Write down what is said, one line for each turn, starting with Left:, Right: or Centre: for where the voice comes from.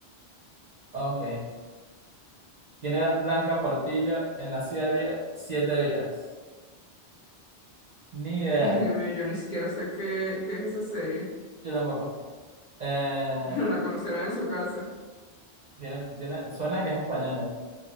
Right: Ok. ¿Quién era Blanca Portillo en la serie Siete Vidas? Ni idea.
Left: Ay, Dios mío, yo ni siquiera sé qué, qué es esa serie.
Right: Yo tampoco. Eh,
Left: <laughs> La conocerán en su casa.
Right: tiene, tiene, suena que es española,